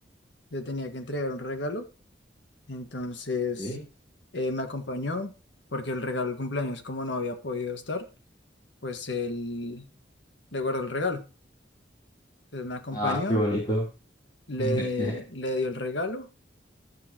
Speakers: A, on the left; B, on the left.
A: le tenía que entregar un regalo, entonces
B: Sí.
A: eh, me acompañó porque el regalo del cumpleaños, como no había podido estar, pues él le guardó el regalo. Entonces me acompañó,
B: Ah, qué bonito.
A: le,
B: <laughs>
A: le dio el regalo